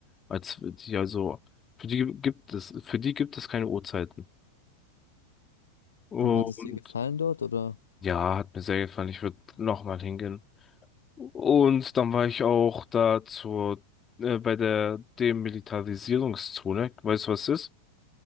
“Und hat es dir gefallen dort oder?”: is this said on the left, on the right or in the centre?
Left